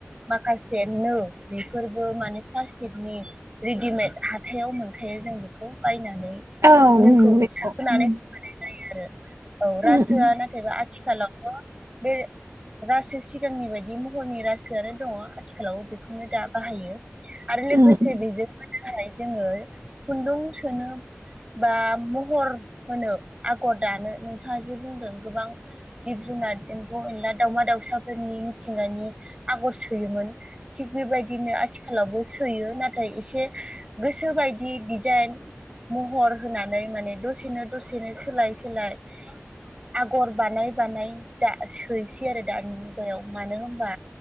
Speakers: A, on the right; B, on the right.
A: माखासे नो बेफोरबो माने प्लास्टिकनि रेडिमेड हाथायाव मोनखायो जोंबो। खौ बायनानै
B: औ
A: नोखौ
B: उम बेखौ
A: सोनानै
B: उम
A: होनाय जायो आरो औ
B: उम
A: रासोआ
B: उम
A: नाथ एबा आथिखाालाव थ बे रासो सिगांनि बायदि महरनि रासोआनो दङ आथिखालावबो बेखौनो दा बाहायो। आरो लोगोसे
B: उम
A: बेजों <unintelligible> जोङो खुन्दुं सोनो बा महर होनो आगर दानो नोंथाङा जे बुंदों गोबां जिब जुनार <unintelligible> अ अनला दाउमा दाउसाफोरनि मिथिंगानि आगर सोयोमोन थिग बेबायदिनो आथिख खालावबो सोयो नाथाय एसे गोसो बायदि दिजाइन महर होनानै माने दसेनो दसेनो सोलाय सोलाय आगर बानाय बानाय दा सै सै आरो दानि मुगायाव मानो होमबा